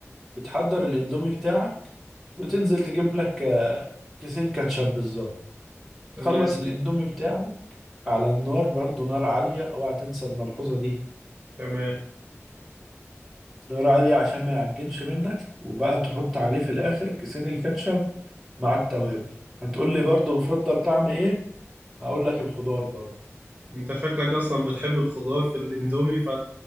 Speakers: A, in the centre; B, on the right (about 30°).
A: بتحضر الاندومي بتاعك وتنزل تجيب لك آه، كيسين كاتشب بالظبط
B: تمام
A: تخلص الاندومي بتاعك على النار برضو نار عالية اوعى تنسى الملحوظة دي
B: تمام
A: نار عالية عشان ما يعجنش منك وبقى تحط عليه في الاخر كيسين الكاتشب مع التوابل هتقول لي برضو بفضل طعم ايه هقول لك الخضار برضو
B: انت شكلك اصلا بتحب الخضار في الاندومي فانت